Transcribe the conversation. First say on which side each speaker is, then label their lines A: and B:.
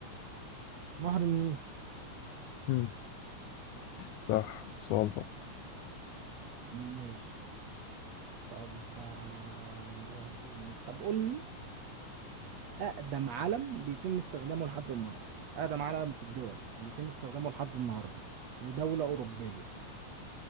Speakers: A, on the right; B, on the left.
A: نهر النيل
B: مم، صح سؤال صح
A: ماشي طب آه، طب قول لي أقدم علم بيتم استخدامه لحد النهاردة أقدم علم في الدول بيتم استخدامه لحد النهاردة ودولة أوروبية